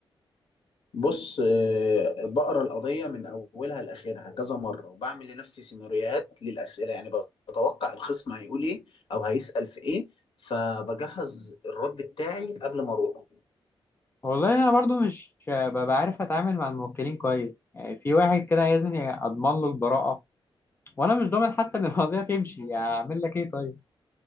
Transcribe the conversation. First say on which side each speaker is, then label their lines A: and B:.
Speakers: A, on the left; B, on the left.
A: بص آه، بقرا القضية من أولها لآخرها كذا مرة وبعمل لنفسي سيناريوهات للأسئلة يعني بتوقع الخصم هيقول إيه أو هيسأل في إيه فبجهز الرد بتاعي قبل ما أروح
B: والله انا برضو مش ببقى عارف اتعامل مع الموكلين كويس يعني في واحد كده عايزني اضمن له البراءه وانا مش ضامن حتى ان <laughs> القضيه تمشي اعمل لك ايه طيب